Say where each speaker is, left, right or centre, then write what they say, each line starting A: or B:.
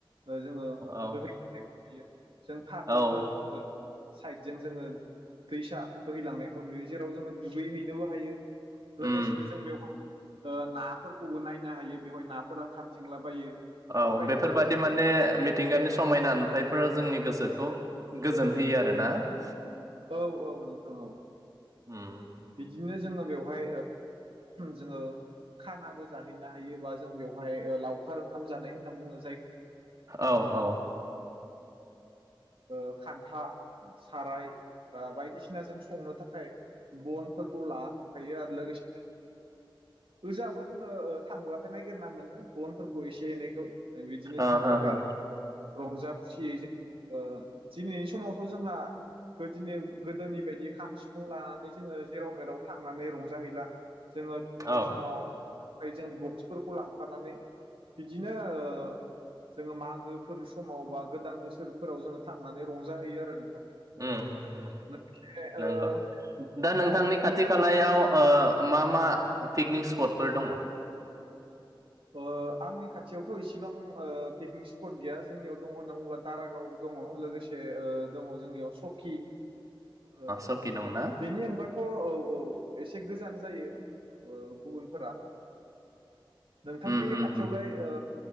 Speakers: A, on the right (about 85°); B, on the right (about 40°).
A: ओ जोङो
B: औ
A: बोहै बैयो जों फारनैबो
B: औ
A: ओ साइदजों जोङो दैसा बोहैलांनायखौ नुयो जेराव जोङो दुगैहैनोबो हायो।
B: उम
A: लोगोसेनो जों बेवहाय ओ नाफोरखौबो नायनो हायो बेवहाय नाफोरा खारथिंलाबायो। बेफोरबायदिनो
B: औ बेफोरबादि माने मिथिंगानि समायना। नुथायफोरा जोंनि गोसोखौ गोजोन होयो आरोना ।
A: औ औ औ
B: उम
A: बिदि बिदिनो जोङो बेवहाय जोङो खानाबो जाहैनो हायो बा जों बेवहाय लावखार ओंखाम जानाय होनना बुंनो
B: औ औ
A: ओ खान्था साराय आ बा बायदि सिना जों संनो थाखाय बनफोर लाखांखायो आरो लोगोसे ओजाबो जोङो थांब्लाथाय नागिरना मोनो बनफोरखौ एसे थे एनैखौ बिदिनो
B: ओ
A: जों
B: हो
A: बेवहाय
B: हो
A: रंजा खुसियै जों आ दिनैनि समावथ' जोंहा गोदिनिव गोदोनि बायदि खाम, सिफुं लाना नै जोङो जेराव मेराव थांनानै रंजानो जाहैला जोङो दिनैनि
B: औ
A: समाव फाय जों बक्सफोरखौ लांफानानै बिदिनो ओ जोङो मागोफोर समाव बा गोदान बोसोरफोराव जोङो थांनानै रंजाहैयो आरो नोंथां
B: उम उम
A: लोगोसे ओ
B: नंगौ
A: आं
B: दा नोंथांनि
A: दावबायनाय
B: खाथि
A: होनना
B: खालायाव आ मा मा पिकनिक स्पटफोर दङ?
A: ओ आंनि खाथियावथ' इसिबां ओ पिकनिक स्पट गैया जोंनियाव दङ होनना बुङोब्ला दारागाव दङ लोगोसे ओ दङ जोंनियाव सकि आ
B: सकि दंना
A: बेनि अनगा थ' औ औ एसे गोजान जायो गुबुनफोरा नोंथांनि
B: उम हम
A: खाथियावलाय
B: हम
A: ओ